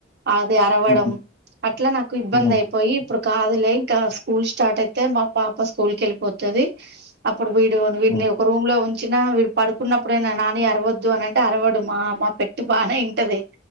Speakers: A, on the right; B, on the left.
A: అది అరవడం
B: హుహు.
A: అట్లా నాకు ఇబ్బంది
B: హ్మ్.
A: అయి పోయి ఇప్పుడు కాదులే ఇంకా స్కూల్ స్టార్ట్ అయితే మా పాప స్కూల్ కి వెళ్ళిపోతది అప్పుడు వీడు వీడిని
B: హ్మ్.
A: ఒక రూమ్ లో ఉంచిన విడ్ పడుకున్నప్పుడైనా నాని అరవద్దు అని అంటే అరవడు మా మా పెట్ట్ బానే ఇంటది